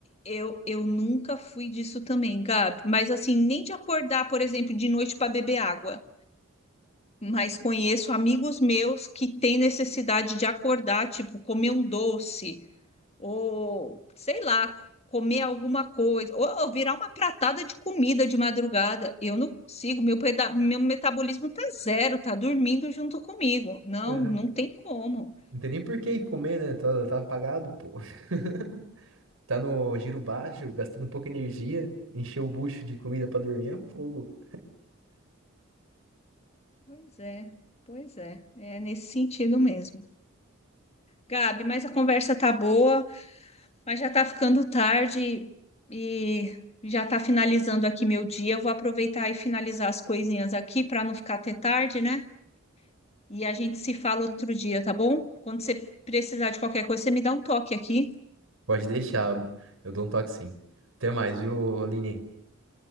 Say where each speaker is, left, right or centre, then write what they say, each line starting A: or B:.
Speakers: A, on the left (about 30°); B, on the right (about 80°).
A: Eu, eu nunca fui disso também, Gabi. Mas assim, nem de acordar, por exemplo, de noite para beber água. Mas conheço amigos meus que têm necessidade de acordar, tipo, comer um doce, ou sei lá, comer alguma coisa, ou, ou virar uma pratada de comida de madrugada. Eu não consigo, meu, peda- meu metabolismo tá zero, tá dormindo junto comigo. Não,
B: Aham.
A: não tem como.
B: Não tem nem por que ir comer, né? Tá, tá apagado, pô. <laughs> Tá no giro baixo, gastando pouca energia. Encher o bucho de comida pra dormir é fogo.
A: Pois é, pois é. É nesse sentido mesmo. Gabi, mas a conversa tá boa. Mas já está ficando tarde e já está finalizando aqui meu dia. Eu vou aproveitar e finalizar as coisinhas aqui para não ficar até tarde, né? E a gente se fala outro dia, tá bom? Quando você precisar de qualquer coisa, você me dá um toque aqui.
B: Pode deixar. Eu dou um toque sim. Até mais, viu, Aline?